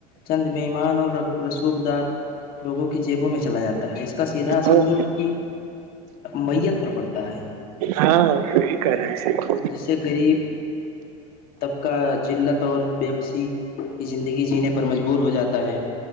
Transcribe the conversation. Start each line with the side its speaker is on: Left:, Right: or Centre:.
Left: چند ممان اور رسوخ دار لوگوں کی جیبوں میں چلا جاتا ہے اس کا سیدھا اثر
Right: ہوں
Left: ملک کی میت پر پڑتا ہے <unintelligible>
Right: ہاں صی کر رہا ہیں س <unintelligible>
Left: جس سے غریب طبقہ جلت اور بے بسی کی زندگی جینے پر مجبور ہو جاتا ہے